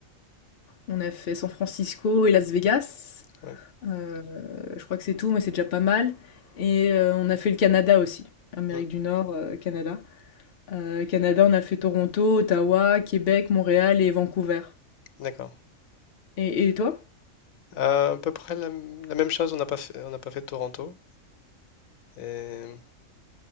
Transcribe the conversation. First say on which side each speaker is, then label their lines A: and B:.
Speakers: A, on the left; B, on the left.
A: on a fait San Francisco et Las Vegas.
B: Ouais.
A: Heu, je crois que c'est tout, mais c'est déjà pas mal et heu, on a fait le Canada aussi, Amérique
B: Mm.
A: du Nord, heu, Canada. Heu, Canada, on a fait Toronto, Ottawa, Québec, Montréal et Vancouver.
B: D'accord.
A: Et et toi?
B: Euh, à peu près la, la même chose, on n'a pas fait, on n'a pas fait Toronto. Et